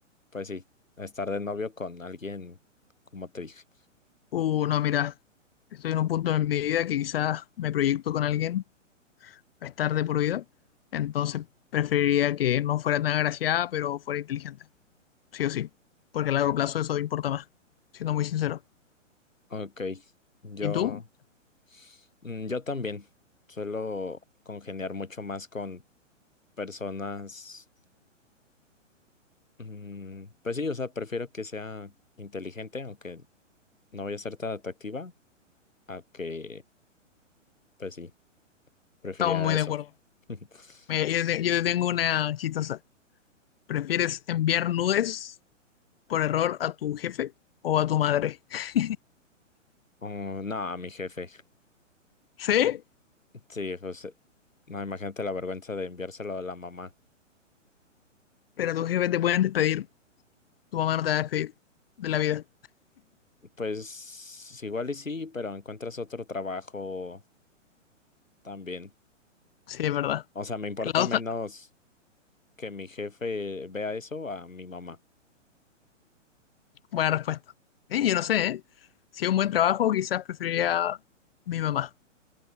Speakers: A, on the left (about 85°); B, on the left (about 50°).
A: pues sí, a estar de novio con alguien, como te dije.
B: uh, no, mira, estoy en un punto en mi vida que quizás me proyecto con alguien a estar de por vida, entonces preferiría que no fuera tan agraciada, pero fuera inteligente, sí o sí, porque a largo plazo eso importa más, siendo muy sincero.
A: Ok, yo,
B: ¿Y tú?
A: mm, yo también suelo congeniar mucho más con personas, mm, pues sí, o sea, prefiero que sea inteligente, aunque no voy a ser tan atractiva, a que, pues sí, preferiría
B: Estamos muy
A: eso.
B: de acuerdo.
A: <laughs>
B: Mira, yo, te- yo te tengo una chistosa. ¿Prefieres enviar nudes por error a tu jefe o a tu madre? <laughs>
A: Oh, no, a mi jefe.
B: Sí,
A: Sí, pues, eh, no, imagínate la vergüenza de enviárselo a la mamá.
B: pero a tu jefe te pueden despedir. Tu mamá no te va a despedir de la vida.
A: Pues igual y sí, pero encuentras otro trabajo también.
B: Sí, es verdad.
A: O sea, me importa
B: La dos
A: menos que mi jefe vea eso a mi mamá.
B: buena respuesta. Eh, yo no sé, ¿eh? Si es un buen trabajo, quizás preferiría mi mamá,